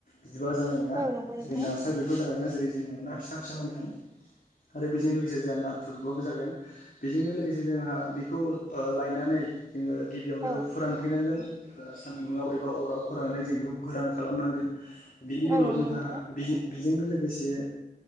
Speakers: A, on the left; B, on the right.
A: बिदिबा जानाय नङा
B: औ नंगौ नोंथां
A: जेरै नास्राय बेफोर जानाय नङा। जेरै जोंनो ना फिसा फिसा नांगोन आरो बेजों लोगोसे जों नाथुरबाबो जागोन। बेजोंनो लोगोसे जोंहा बेखौ लायनानै जोङो गिबियावनो
B: औ
A: फोरानफैनांगोन। ओ सान्दुङाव एबा अराव फोराननानै जों बेखौ गोरान खालामनांगोन। बिनि
B: औ
A: उनाव
B: नंगौ
A: जोंहा
B: नोंथां
A: बि बेजोंनो लोगोसे